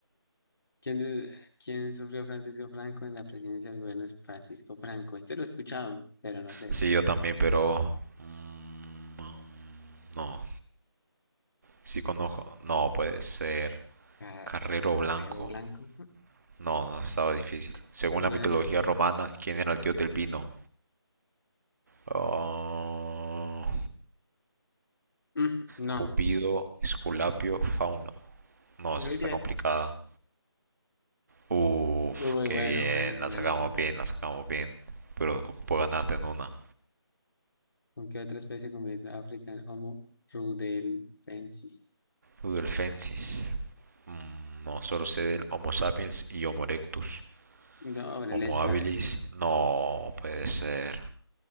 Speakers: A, on the left; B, on the right.
A: ¿Quién, de- quién sufrió Francisco Franco en la presidencia del gobierno de Francisco Franco? Este lo he escuchado, pero no sé.
B: Sí, yo también, pero... mm, No, sí conozco. No puede ser.
A: Ah,
B: Carrero Blanco.
A: arredo blanco. ujú.
B: No, no, estaba difícil. Según
A: Tiene
B: la mitología
A: la mitad,
B: romana, ¿quién era el dios del vino? Ah,
A: Mm, no.
B: Cupido, Esculapio, Fauno. No,
A: Ruidia.
B: esa está complicada. Uf,
A: Uy,
B: qué
A: bueno,
B: bien,
A: bueno,
B: la
A: bueno,
B: sacamos
A: bueno.
B: bien, la sacamos bien. Pero ocupo ganarte en una.
A: ¿Con qué otra especie convive África? Homo rudelbensis.
B: Ludelfensis. Mm, no, solo sé del Homo sapiens y Homo erectus.
A: No, ahora
B: Homo
A: el este,
B: habilis,
A: a ver.
B: no puede ser.